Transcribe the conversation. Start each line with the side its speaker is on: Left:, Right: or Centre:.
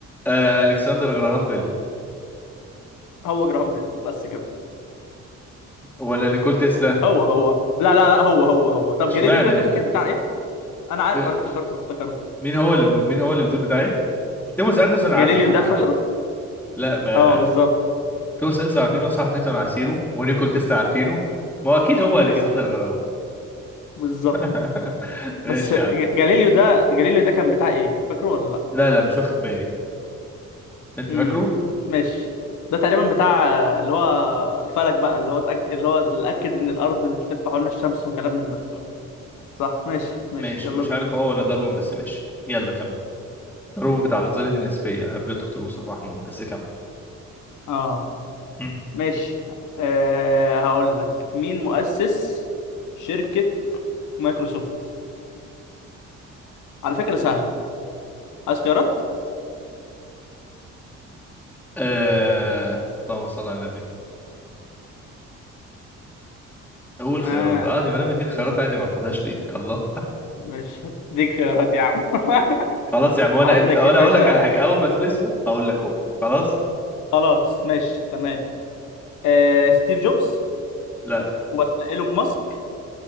Centre: آه الكسندر غراهام بيل
Left: هو جراهام بيل بس كده
Centre: ولا نيكول تسلا
Left: هو هو لا لا لا هو هو هو طب
Centre: اشمعنى
Left: جاليليو ده أنت فاكر بتاع إيه؟ أنا عارف
Centre: آه،
Left: أنا افتكرته افتكرته
Centre: مين هو اللي ب... مين هو اللي بتقول بتاع ايه توماس اديسون عارفينه
Left: جاليليو
Centre: وع-
Left: ده فاكره؟
Centre: لا ما...
Left: أه بالظبط
Centre: توماس اديسون عارفينه وساعة نيوتن عارفينه ونيكول تسلا عارفينه ما هو اكيد هو
Left: كده
Centre: الكسندر
Left: كده
Centre: غراهام
Left: بالظبط
Centre: <laughs> ماشي
Left: بس ج-
Centre: يا عم
Left: جاليليو ده جاليليو ده كان بتاع ايه فاكره ولا لا
Centre: لا لا مش واخد بالي انت
Left: امم
Centre: فاكره
Left: ماشي ده تقريبا بتاع آه، اللي هو فلك بقى اللي هو تأك... اللي هو اللي اكد ان الارض بتلف حوالين الشمس وكلام من ده صح ماشي ماشي
Centre: ماشي
Left: يلا
Centre: مش
Left: بينا
Centre: عارف هو ولا داروين بس ماشي يلا كمل داروين بتاع نظرية النسبية قبل الدكتور مصطفى محمود بس كمل
Left: اه
Centre: مم.
Left: ماشي أه هقول لك مين مؤسس شركة مايكروسوفت على فكرة سهلة عايز خيارات
Centre: آه... اللهم صل على النبي قول خيارات
Left: اه
Centre: عادي ما دام اديني خيارات عادي ما اخدهاش ليه الله
Left: مش هديك خيارات يا عم
Centre: خلاص
Left: <laughs>
Centre: يا عم وانا
Left: عندك
Centre: انت وانا
Left: يا باشا
Centre: اقول لك على حاجه اول ما تقول اسمه هقول لك هو خلاص
Left: خلاص ماشي تمام أه ستيف جوبز
Centre: لا
Left: ولا ايلون ماسك